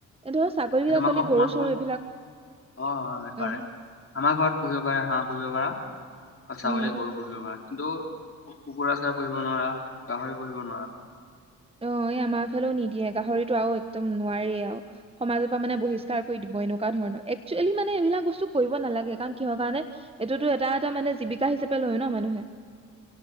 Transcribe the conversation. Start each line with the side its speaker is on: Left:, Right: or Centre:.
Right: এই ধৰ ছাগলী
Left: সেই
Right: তাগলী
Left: তোমালোকৰ সমাজখন
Right: গৰু চৰু
Left: অঁ
Right: এইবিলাক
Left: সেইটোৰে
Right: অ
Left: আমাৰ ঘৰত পঢ়িব পাৰা হাঁ পঢ়িব পাৰা অঁ ছাগলি,
Right: উম
Left: গৰু পুহিব পাৰা কিন্তু কুকুৰা চহৰা পুহিব নোৱাৰা গাহৰি পুহিব নোৱাৰা
Right: অঁ এই আমাৰফালেও নিদিয়ে গাহৰিতটো আৰু একদম নোৱাৰাৰে আৰু সমাজৰ পৰা মানে বহিষ্কাৰ কৰি দিব এনেকুৱা ধৰণৰ একচুৱেলি মানে এইবিলাক বস্তু কৰিব নালাগে কাৰণ কিহৰ কাৰণে এইটোতো এটা এটা মানে জীৱিকা হিচাপে লয় ন মানুহে